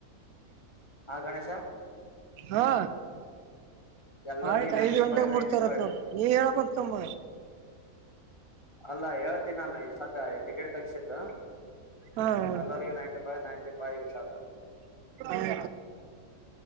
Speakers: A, on the left; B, on the right.
A: ಹಾ ಗಣೇಶ
B: ಹಾ
A: ಎಲ್ಲರಿಗ
B: ಆಯ್ತ್
A: ನೈಂಟಿ
B: ಐದ್ ಗಂಟೆಗೆ
A: ಫೈವ್
B: ಮುಡ್ತರತ್
A: ನೈಂಟಿ ಫೈವ್
B: ನೋಡ ನೀವ ಹೇಳ್ಬತಮ್ಮ
A: ಅಲ್ಲಾ ಹೇಳ್ತೀ ನಾನು ಈ ಸದ್ಯ ಟಿಕೆಟ್ ತಗಸಿದ್ದ
B: ಹಾ ಹ
A: ಎಲ್ಲಗ ನೈಂಟಿ ಫೈವ ನೈನ್ಟಿ ಫೈವಿಷಾದ
B: ಆಯ